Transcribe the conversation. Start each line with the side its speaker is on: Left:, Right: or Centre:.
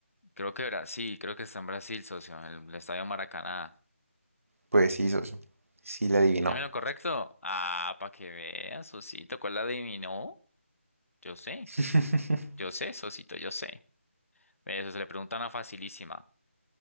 Left: Creo que Brasil, creo que está en Brasil, socio, en el estadio Maracaná.
Right: Pues sí, socio. Sí le adivinó.
Left: ¿También lo correcto? Ah, para que veas, socito, ¿cuál la adivinó? Yo sé,
Right: <laughs>
Left: yo sé, socito, yo sé. Ve, Eso se le pregunta una facilísima.